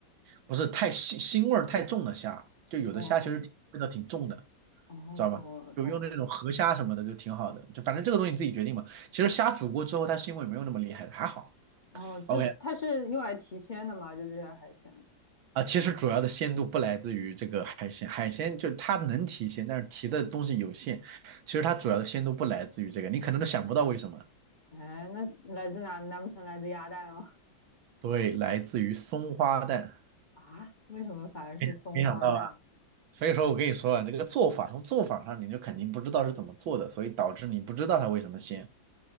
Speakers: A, on the right; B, on the left.
A: 不是太腥腥味儿太重的虾，就有的虾其实味道挺重的，
B: 哦，哦，
A: 知道吧？
B: 懂了，懂了。
A: 就用那种河虾什么的就挺好的，就反正这个东西你自己决定嘛。其实虾煮过之后，它腥味没有那么厉害，还好。
B: 哦，
A: OK。
B: 就它是用来提鲜的嘛？就这些海鲜。
A: 啊，其实主要的鲜度不来自于这个海鲜，海鲜就是它能提鲜，但是提的东西有限。其实它主要的鲜度不来自于这个，你可能都想不到为什么。
B: 哎，那来自哪？难不成来自鸭蛋啊？
A: 对，来自于松花蛋，
B: <laughs> 啊？为什么反而是松花蛋？
A: 没没想到吧？所以说我跟你说啊，这个做法从做法上你就肯定不知道是怎么做的，所以导致你不知道它为什么鲜。